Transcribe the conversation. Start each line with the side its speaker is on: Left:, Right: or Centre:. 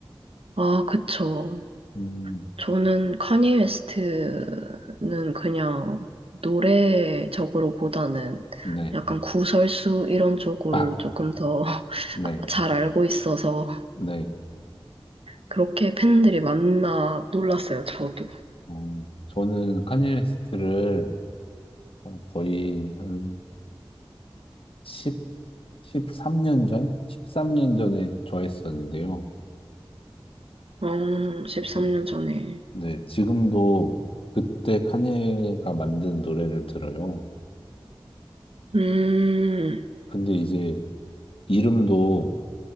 Right: 아, 그쵸.
Left: 음,
Right: 저는 카니 웨스트는 그냥 노래적으로 보다는
Left: 네.
Right: 약간 구설수 이런
Left: <laughs>
Right: 쪽으로
Left: 아,
Right: 조금 더
Left: 네.
Right: 잘 <laughs> 알고 있어서
Left: 네.
Right: 그렇게 팬들이 많나 놀랐어요, 저도.
Left: 어, 저는 카니웨스트를 어, 거의 한1 십삼 3년 전? 십삼 년 전에 좋아했었는데요.
Right: 음, 13년
Left: 그래서,
Right: 전에.
Left: 네. 지금도 그때 카니가 만든 노래를 들어요.
Right: 음,
Left: 근데 이제 이름도